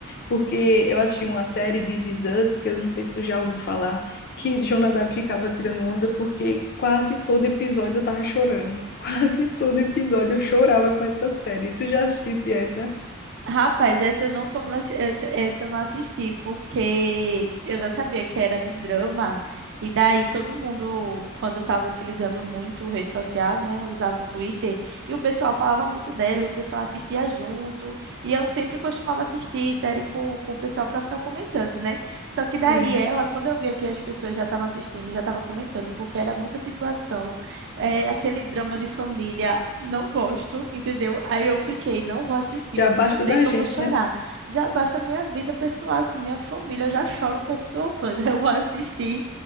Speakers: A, on the left; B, on the right.
A: porque eu assisti uma série de This Is Us, que eu não sei se tu já ouviu falar, que Jonadab ficava tirando onda porque quase todo episódio eu tava chorando. <laughs> Quase todo episódio eu chorava com essa série. Tu já assistisse essa?
B: Rapaz, essa eu não comecei, essa, essa eu não assisti, porque eu já sabia que era de drama, e daí todo mundo, quando eu estava utilizando muito rede social, né, eu usava o Twitter, e o pessoal falava muito dela, e o pessoal assistia junto, e eu sempre costumava assistir série com, com o pessoal para ficar comentando, né? Só que daí
A: Sim.
B: ela, quando eu via que as pessoas já estavam assistindo, já estavam comentando, porque era muita situação, é, aquele drama de família, não gosto, entendeu? Aí eu fiquei, não vou assistir,
A: Já
B: porque
A: basta
B: eu sei
A: da
B: que
A: gente,
B: eu vou chorar.
A: né?
B: Já baixa a minha vida pessoal, assim, minha família, eu já choro com as situações. <laughs> Aí eu vou assistir.